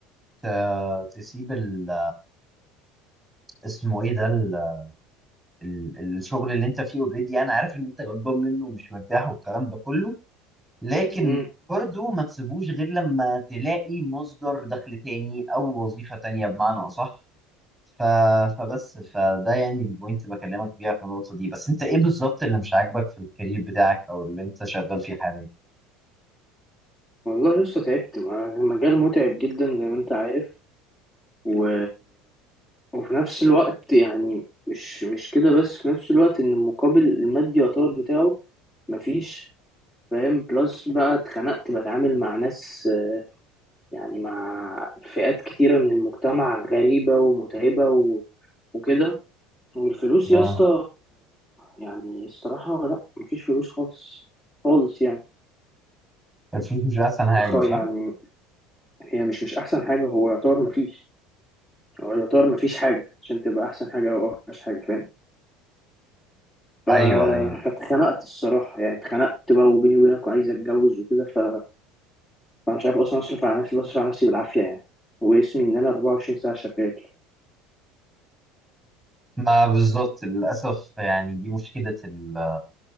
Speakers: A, in the centre; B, on the left.
A: ت- تسيب ال- اسمه إيه ده ال- ال- الشغل اللي أنت فيه أوريدي أنا عارف إن أنت غضبان منه ومش مرتاح والكلام ده كله لكن
B: مم.
A: برضو ما تسيبوش غير لما تلاقي مصدر دخل تاني أو وظيفة تانية بمعنى أصح ف... فبس فده يعني البوينت بكلمك بيها في النقطة دي بس انت ايه بالظبط اللي مش عاجبك في الكارير بتاعك او اللي انت شغال فيه حاليا؟
B: والله لسه تعبت ما- مجال متعب جدا زي ما أنت عارف و... وفي نفس الوقت يعني مش مش كده بس في نفس الوقت إن المقابل المادي يعتبر بتاعه مفيش فاهم بلس بقى اتخنقت بتعامل مع ناس آه، يعني مع فئات كتيرة من المجتمع غريبة ومتعبة و... وكده والفلوس
A: اه
B: يا اسطى يعني الصراحة لا مفيش فلوس خالص خالص يعني
A: الفلوس مش احسن حاجة
B: خ
A: صح؟
B: يعني هي مش مش أحسن حاجة هو يعتبر مفيش هو يعتبر مفيش حاجة عشان تبقى أحسن حاجة أو أوحش حاجة فاهم ف...
A: ايوه يعني
B: فاتخنقت الصراحة يعني اتخنقت بقى وبيني وبينك وعايز أتجوز وكده ف... فأنا مش عارف أصلا أصرف على نفسي بصرف على نفسي بالعافية يعني واسمي إن أنا 24 ساعة شغال
A: ما بالظبط للأسف يعني دي مشكلة ال-